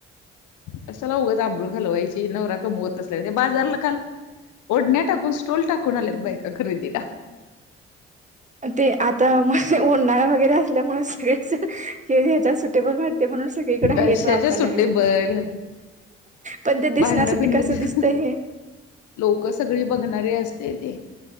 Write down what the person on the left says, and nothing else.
कशाला उगच आबरु घालवायची नवरा कमवत नसल्या गत बाजारला काल ओढण्या टाकून स्टोल टाकून आल्यात बायका खरेदीला
कशाच्या
सुटेबल
भांडण भिंडण
लोक सगळी बघणारे असते ते